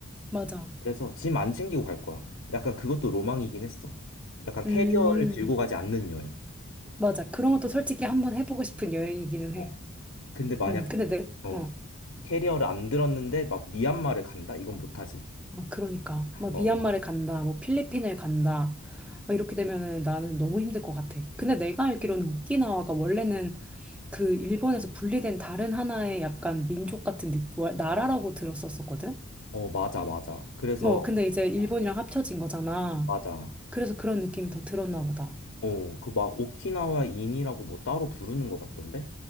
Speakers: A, in the centre; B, on the left.
A: 맞아.
B: 그래서 짐 안 챙기고 갈 거야. 약간 그것도 로망이긴 했어. 약간
A: 음,
B: 캐리어를 들고 가지 않는 여행.
A: 맞아. 그런 것도 솔직히 한번 해보고 싶은 여행이기는
B: 어.
A: 해.
B: 근데 만약
A: 응. 근데 내,
B: 어,
A: 어.
B: 캐리어를 안 들었는데 막 미얀마를 간다? 이건 못하지.
A: 아, 그러니까. 막
B: 어,
A: 미얀마를 간다, 뭐 필리핀을 간다. 막 이렇게 되면은 나는 너무 힘들 것 같아. 근데 내가 알기로는 오키나와가 원래는 그 일본에서 분리된 다른 하나의 약간 민족 같은 느- 뭐, 나라라고 들었었거든?
B: 어, 맞아, 맞아. 그래서
A: 어, 근데 이제 일본이랑
B: 어,
A: 합쳐진 거잖아.
B: 맞아.
A: 그래서 그런 느낌이 더 들었나 보다.
B: 어, 그 막 오키나와 인이라고 뭐 따로 부르는 것 같던데?